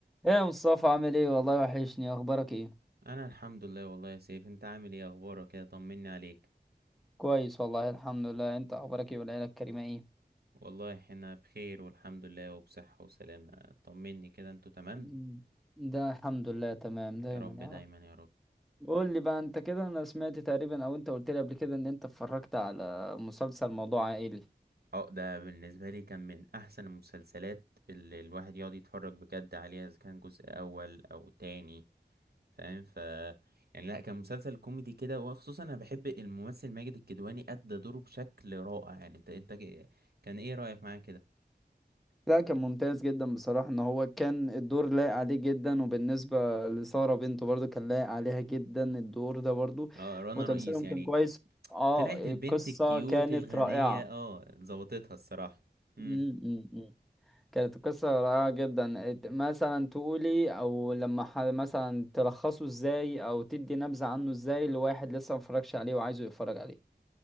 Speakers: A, in the centre; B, on the right.
A: ايه يا مصطفى عامل ايه والله وحشني اخبارك ايه
B: انا الحمد لله والله يا سيف انت عامل ايه اخبارك كده طمني عليك
A: كويس والله الحمد لله انت اخبارك ايه والعيله الكريمه ايه
B: والله احنا بخير والحمد لله وبصحة وسلامة طمني كده انتوا تمام
A: مم. ده الحمد لله تمام دايما
B: يا رب دايما
A: يا رب
B: يا رب
A: قول لي بقى انت كده انا سمعت تقريبا او انت قلت لي قبل كده ان انت اتفرجت على مسلسل موضوع عائلي
B: اه ده بالنسبة لي كان من احسن المسلسلات اللي الواحد يقعد يتفرج بجد عليها اذا كان جزء اول او تاني فاهم ف يعني لا كان مسلسل كوميدي كده وخصوصا انا بحب الممثل ماجد الكدواني ادى دوره بشكل رائع يعني انت انت كان ايه رأيك معاه كده
A: لا كان ممتاز جدا بصراحه ان هو كان الدور لايق عليه جدا وبالنسبه لساره بنته برضو كان لايق عليها جدا الدور ده برضو
B: اه رنا
A: وتمثيلهم
B: رئيس يعني
A: كان كويس اه
B: طلعت
A: القصه
B: البنت الكيوت
A: كانت
B: الغنية
A: رائعه
B: اه ظبطتها الصراحة امم
A: مم، مم، مم. كانت القصة رائعة جدا ات- مثلا تقولي او لما ح- مثلا تلخصه ازاي او تدي نبذة عنه ازاي لواحد لسه مفرجش عليه وعايزه يتفرج عليه